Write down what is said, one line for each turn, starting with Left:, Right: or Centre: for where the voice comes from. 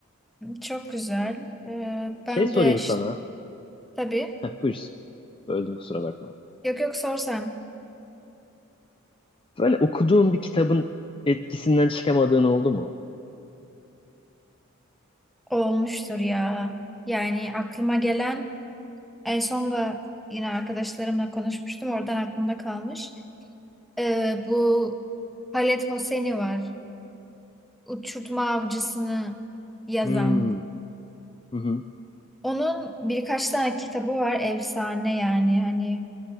Centre: Çok güzel. Ee, ben
Left: Şey sorayım
Centre: de ş-
Left: sana.
Centre: tabii
Left: Heh, buyur. Öldüm kusura bakma.
Centre: yok yok sorsam
Left: Böyle okuduğun bir kitabın etkisinden çıkamadığın oldu mu?
Centre: olmuştur ya. Yani aklıma gelen en son da yine arkadaşlarımla konuşmuştum. Oradan aklımda kalmış. Ee, bu Halet Hosseini var. Uçurtma Avcısını yazan.
Left: Hmm. Hı hı.
Centre: Onun birkaç tane kitabı var. Efsane yani hani